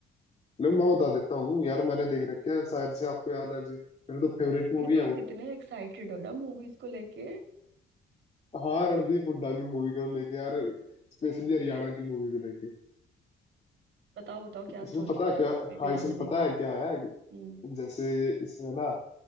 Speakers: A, on the left; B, on the right.
A: लो मैं बता देता हूँ यार मैंने देख रखी है शायद से आपको याद आ जाए मेरी तो फेवरेट मूवी
B: ये तुम
A: है
B: कितने
A: वो
B: एक्साइटेड हो ना मूवीज को लेके
A: हाँ रणदीप हुड्डा की मूवी को लेके यार स्पेशली हरियाणा की मूवी को लेके
B: बताओ बताओ क्या
A: इसमें
B: स्टोरी
A: पता
B: थी
A: क्या
B: मेरे को
A: हाँ
B: याद
A: इसमें
B: आ
A: पता
B: जाएगी
A: है क्या है
B: हम्म
A: जैसे इसमें ना